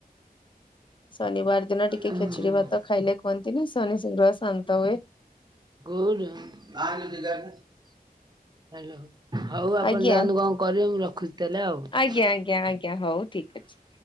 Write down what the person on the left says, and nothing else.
ଶନିବାର ଦିନ ଟିକେ
ଖିଚିଡି
ଭାତ ଖାଇଲେ କୁହନ୍ତି ନା ଶନି <unintelligible> ଶାନ୍ତ ହୁଏ।
ଆଜ୍ଞା।
ଆଜ୍ଞ ଆଜ୍ଞ ଆଜ୍ଞା ହଉ। ଠିକ୍ ଅଛି।